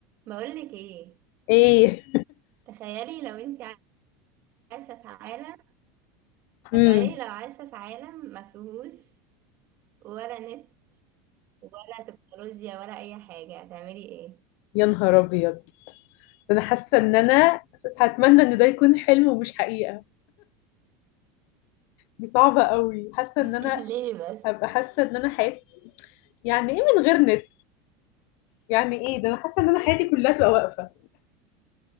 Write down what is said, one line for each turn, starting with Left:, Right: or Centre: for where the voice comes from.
Right: بقولك ايه
Left: ايه
Right: تخيلي لو انت عايشة في عالم
Left: <laughs>
Right: تخيلي
Left: امم
Right: لو عايشة في عالم ما فيهوش ولا نت ولا تكنولوجيا ولا اي حاجة هتعملي ايه
Left: يا نهار ابيض انا حاسه ان انا هتمنى ان ده يكون حلم ومش حقيقه دي صعبه قوي حاسه
Right: <laughs>
Left: ان انا
Right: ليه بس
Left: هبقى حاسه ان انا حياتي يعني ايه من غير نت يعني ايه ده انا حاسه ان انا حياتي كلها تبقى واقفه